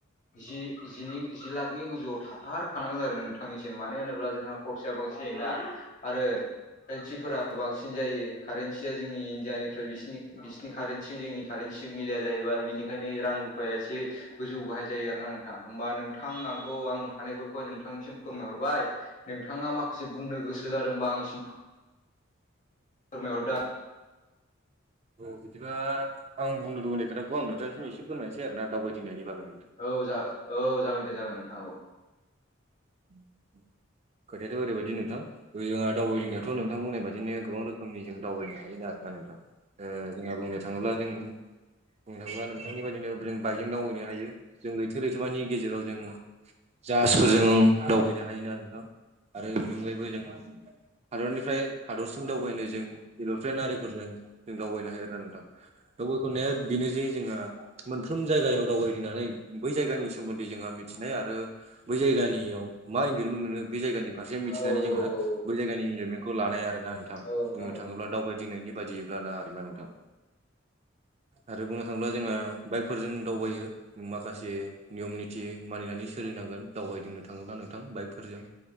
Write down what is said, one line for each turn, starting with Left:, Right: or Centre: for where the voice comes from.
Left: जि जिनि जि लाखनि गोजौआव थाथारखानांगोन आरो नोंथांनिसिम। मानो होनोब्ला जोंहा खरसाया बांसिन जायोना आरो कारेन्सिफोरा बांसिन जायो कारन्सिया जोंनि इण्डियानिफ्राय बिसिनि बिसिनि कारेन्सि जोंनि कारेन्सिजों मिलाया जाहैबाय बेनिखायनो रां रुफाया एसे गोजौ गाहाय जायो आरो ना नोंथां होमबा नों थां आंथ' आंनि हानायफोरखौहाय नोंथांनिसिम फोरमायहर बाइ नोंथाङा माखासे बुंनो गोसो जादोंबा आंनिसिम फोरमायहरदो
Right: औ बिदिबा आं बुंनो लुबैनाय खोथाखौ आं नोंथांनिसिम एसे फोरमायसै आरोना दावबायदिंनायनि बागै।
Left: औ जा औ जागोन दे जागोन नोंथां औ।
Right: <inaudible> खोथायाथ' ओरैबायदि नोंथां जोंहा दावबायदिंनायावथ'नोंथां बुंनाय बायदिनो गोबां रोखोमनि जों दावबायनो हायो ना <unintelligible> नोंथां ओ जोंहा बुंनो थाङोब्ला जों बुंनो थाङोबा नोंथांनि बायदिनो जों बाइकजों दावबायैनो हायो जों लैथो लैथोमानि गेजेराव जों जाहासफोरजों दावबायनो हायोना नोंथां? आरो बेनि अनगायैबो जोङो हादरनिफ्राय हादरसिम दावबायनो जों एर'प्लेन आरिफोरजों जों दावबायनो हायो आरोना नोंथां। दा <unintelligible> बेनो जे जोंहा मोनफ्रोम जायगायाव दावबायदिंनानै बै जायगानि सोमोन्दै जोंहा मिथिनाय आरो बै जायगानियाव मा इनजयमेन्ट मोनो बे जायगानि फारसे मिथिनानै
Left: औ औ
Right: जोंहा बै जायगानि इनजयमेन्टखौ लानाय आरोना नोंथां
Left: औ
Right: बुंनो
Left: औ
Right: थाङोब्ला दावबाय दिनैनि बायदियैब्ला ना आरोना नोंथां। आरो बुंनो थाङोब्ला जोंहा बाइकफोरजों दावबायो माखासे नियम निथि मानिनानै सोलिनांगोन दावबायदिंनो थाङोब्ला नोंथां बाइकफोरजों।